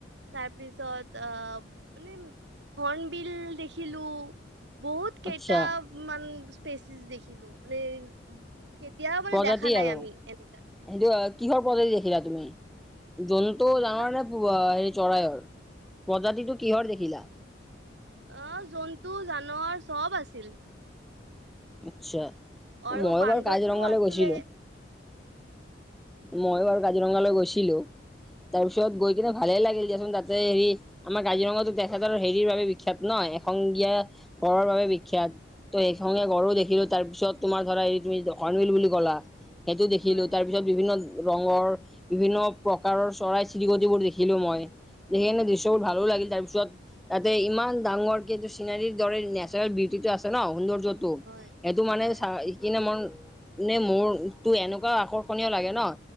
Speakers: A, on the right; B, in the centre.
A: তাৰপিছত আহ মানে হৰ্ণবিল দেখিলো। বহুত কেইটা
B: আচ্ছা
A: মান স্পেচিছ দেখিলো মানে। কেতিয়াও মানে
B: প্ৰজাতি
A: দেখা নাই
B: আৰু
A: আমি
B: সেইটো
A: এনেকা
B: কিহৰ প্ৰজাতি দে। দেখিলা তুমি জন্তু
A: কি ক'লা
B: ডাঙৰ নে হে। চৰায়ৰ প্ৰজাতিটো কিহৰ দেখিলা?
A: অ জন্তু জানবৰ চব আছিল।
B: আচ্ছা
A: আৰু
B: মই
A: বান্দৰটো
B: বাৰু কাজিৰঙালৈ
A: আছিলে
B: গৈছিলো। মইও বাৰু কাজিৰঙালৈ গৈছিলো।
A: উ <unintelligible>
B: তাৰপিছত গৈ কিনে ভালেই লাগিল দিয়াচোন। তা'তে হেৰি আমাৰ কাজিৰঙা তেখেতৰ হেৰিৰ বাবে বিখ্যাত ন'-। সংগীয়া কৰনয় বাবে বিখ্যাত। ত' সেইখন- ঘৰো দেখিলো তাৰ পিছত তোমাৰ ধৰা এই তুমিৰ্ণল বুলি ক'লা সেইটো দেখিলো।
A: হয়
B: তাৰ পিছত বিভিন্ন-। ৰঙৰ বিভিন্ন প্ৰকাৰৰ চৰাই চিৰিকটিবোৰ দেখিলো মই। সেই কাৰণে দৃশ্যবোৰ ভালো লাগিল। তাৰ পিছত তা'তে ইমান ডাঙৰ কে এইটো চিনাৰীৰ দৰে নেচাৰেল বিটি-। আছে নম' সৌন্দৰ্যতটো।
A: হয়
B: সেইটো মানে
A: হয়
B: চ সি কিনে মানে-। নে মোৰ তোৰ এনেকুৱা আকৰ্ষণীয় লাগে ন'